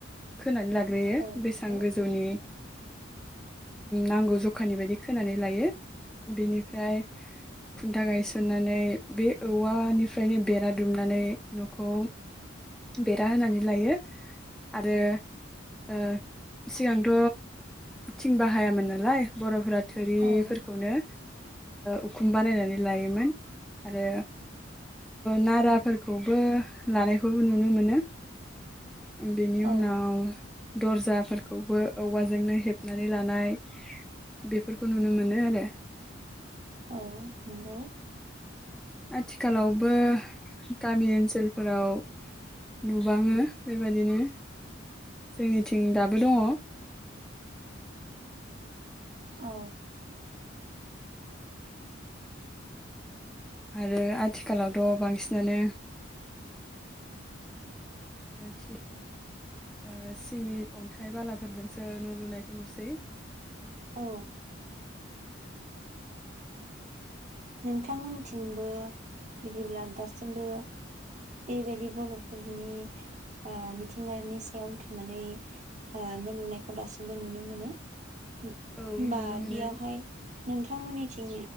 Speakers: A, in the centre; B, on the right (about 40°).
A: खोनानै लाग्रोयो
B: औ
A: बेसेबां
B: नंगौ
A: गोजौनि। नांगौ जखानि बायदि खोनानै लायो बेनिफ्राय। खुन्था गायसननानै बे औवानिफ्रायनो बेरा दुमनानै। नखौ। बेरा होनानै लायो, आरो ओ सिगांथ। थिं बाहायामोन नालाय बरफोरा। थोरिफोरखौनोओ।
B: औ
A: उखुम बानायनानै लायोमोन आरो नाराफोरखौबो लानाय। खौबो नुनो मोनो। बेनि
B: औ
A: उनाव। दर्जाफोरखौबो औवाजोंनो हेबनानै लानाय बेफोरखौ नुनो मोनो आरो।
B: औ नंगौ।
A: आथिखालावबो, गामि ओनसोलफोराव नुबाङो बेबायदिनो जोंनिथिं दाबो दङ।
B: औ।
A: आरो आथिखालावथ बांसिनानो। दा थिग ओ सिमिट अन्थाइ बालाफोरजोंसो न लुनायखौ नुसै।
B: औ। नोंथांमोनथिंबो, बिदिब्ला दासिमबो बेबायदि बरफोरनि मिथिंगानि सायाव बुथुमनानै न लुनायखौ दासिमबो नुनो मोनो। होनबा
A: औ नुनो मोनो
B: बेयावहाय नोंथां। थांथमोननिथिं